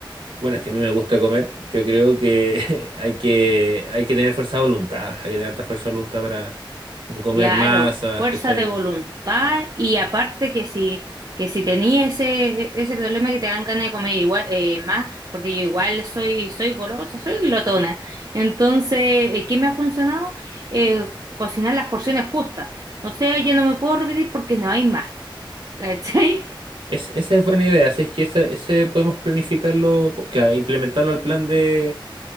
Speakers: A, on the right; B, on the right.
A: Bueno, es que a mí me gusta comer. Yo creo que <laughs> hay que, hay que tener fuerza de voluntad, hay que tener harta fuerza de voluntad para no comer
B: Claro,
A: masas,
B: fuerza
A: ¿cachai?
B: de voluntad y aparte que si, que si tenía ese, ese problema que te dan ganas de comer igual, eh, más, porque yo igual soy, soy golosa, soy glotona. Entonces, eh, ¿qué me ha funcionado? Eh, cocinar las porciones justas. O sea, yo no me puedo repetir porque no hay más. <laughs> ¿Cachai?
A: Es, esa es buena idea, así es que ese, ese podemos planificarlo, po- que, implementarlo al plan de,